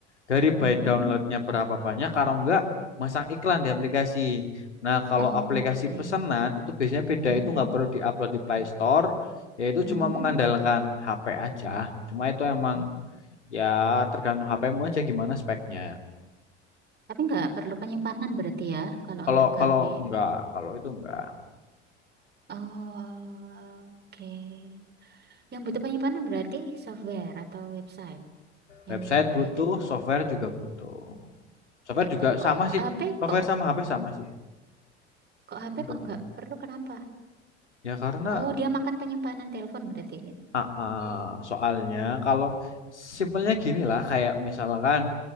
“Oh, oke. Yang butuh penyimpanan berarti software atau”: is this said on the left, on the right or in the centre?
Right